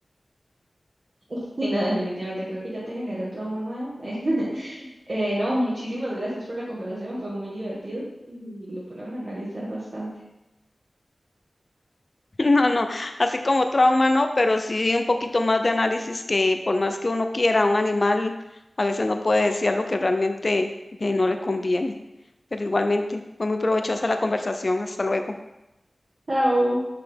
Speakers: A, on the right; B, on the left.
A: Sí, no, definitivamente creo que ya te generé un trauma nuevo. <laughs> Eh, no, muchísimas gracias por la conversación, fue muy divertido y lo pone a uno a analizar bastante.
B: <laughs> No, no, así como trauma no, pero sí un poquito más de análisis que por más que uno quiera, un animal a veces no puede decir lo que realmente eh, no le conviene. Pero igualmente, fue muy provechosa la conversación. Hasta luego.
A: Chao.